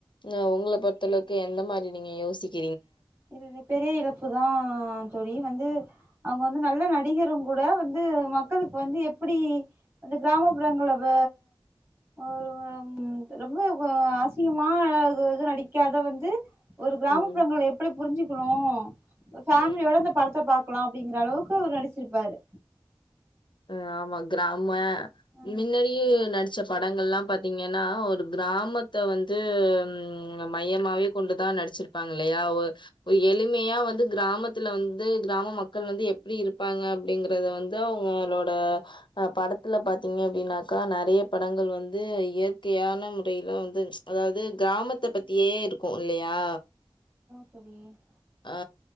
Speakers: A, on the left; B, on the right.
A: ந உங்ள பொறுத்தளவ்க் எந்த மாரி நீங்க யோசிக்
B: என்னுடைய பெரிய இழப்புதா தோழி வந்து அவ்ங்க வந்து நல்ல நடிகரும் கூட வந்து மக்களுக்கு வந்து எப்பிடி வந்து கிராமப்புறங்கள வ ஒரு புறம் ரொம்ப ஒ அசிங்கமா இது நடிக்காத வந்து ஒரு கிராமப்புறங்கல
A: ம்.
B: எப்டி புரிஞ்சிக்குணு ஒர் ஃபேமிலியோட
A: ம்.
B: அந்த படத்த பாக் க்லா அப்டிங்கிற அளவுக்கு அவர் நடிச்சிருப்பாரு
A: ஆ ஆமா கிராம
B: ஆ
A: மின்னாடியே நடிச்ச படங்கள்ல்லா பாத்தீங்க ன்னா ஒரு கிராமத்த வந்து ம் மையமாவே கொண்டு தா நடிச்சிருப்பாங்கில்லையா ஒரு எளிமையா வந்து கிராமத்துல வந்து கிராம மக்கள் வந்து எப்டி இருப்பாங்க அப்டிங்கறத வந்து அ வங்களோட அ படத்துல பாத்தீங்க அப்டின்னாக்கா நெறைய படங்கள் வந்து இயற்கையா ன முறையில வந்து அதாவ்து கிராமத்த பத்தியே இருக்கு இல்லையா
B: <unintelligible>
A: ஆ